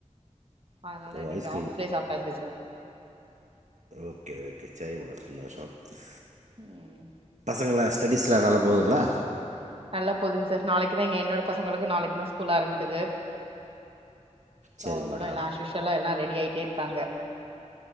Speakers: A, on the right; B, on the right.
A: அதனால
B: ஓ
A: இன்னைக்கு
B: ஐஸ்கிரீம்
A: ஆஃபீஸ்லயே சாப்ட்டாச்சு சார்
B: ஓகே ஓகே செரி மேடம் <unintelligible>
A: ம்
B: பசங்கள ஸ்டெடிஸ்லா நல்லா போதுங்ளா
A: நல்லா போதுங்க சார் நாளைக்குதா இங்க என்னோட பசங்களுக்கு நாளைக்கு தா ஸ்கூல் ஆரம்பிக்குது சோ
B: சரிங்க
A: அவங்களா
B: மேடம்
A: எல்லா ஆஷ்யூஷ்ல்லா எல்லா ரெடி ஆயிட்டே இருகாங்க